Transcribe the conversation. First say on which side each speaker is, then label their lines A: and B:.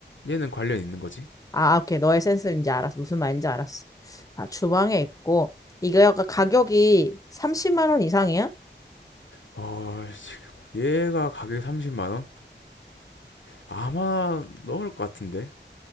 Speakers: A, on the left; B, on the left.
A: 얘는 관련 있는 거지.
B: 아, 오케이. 너의 센스인지 알았어. 무슨 말인지 알았어. 아, 주방에 있고 이거 약간 가격이 30만 원 이상이야?
A: 어, 지금 얘가 가격이 30만 원? 아마 넘을 것 같은데.